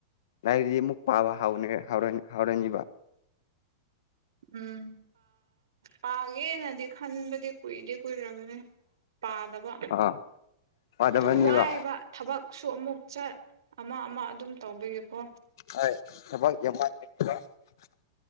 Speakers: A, on the left (about 65°); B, on the right (about 80°).
A: ꯂꯥꯏꯔꯤꯗꯤ ꯑꯃꯨꯛ ꯄꯥꯕ ꯍꯧꯥꯎꯔꯅꯤꯕ
B: ꯎꯝ ꯄꯥꯒꯦꯅꯗꯤ ꯈꯟꯕꯗꯤ ꯀꯨꯏꯗꯦ ꯀꯨꯏꯔꯕꯅꯦ ꯄꯥꯗꯕ
A: ꯑꯥ ꯄꯥꯗꯕꯅꯤꯕ
B: ꯑꯗꯨꯝ ꯋꯥꯏꯑꯕ ꯊꯕꯛꯁꯨ ꯑꯃꯨꯛ ꯆꯠ ꯑꯃ ꯑꯃ ꯑꯗꯨꯝ ꯇꯧꯕꯤꯒꯦꯀꯣ
A: <unintelligible>